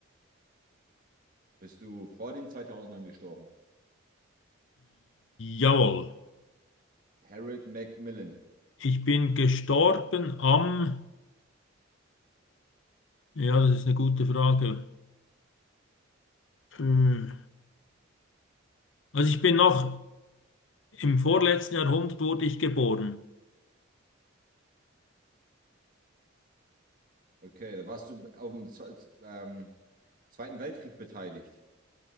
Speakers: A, on the right (about 45°); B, on the left (about 70°).
A: Bist du vor den 2000ern gestorben?
B: Jawohl.
A: Harold Macmillan.
B: Ich bin gestorben am, ja, das ist eine gute Frage. Äh, Also ich bin noch im vorletzten Jahrhundert wurde ich geboren.
A: Okay, da warst du am Zwe- ähm, Zweiten Weltkrieg beteiligt.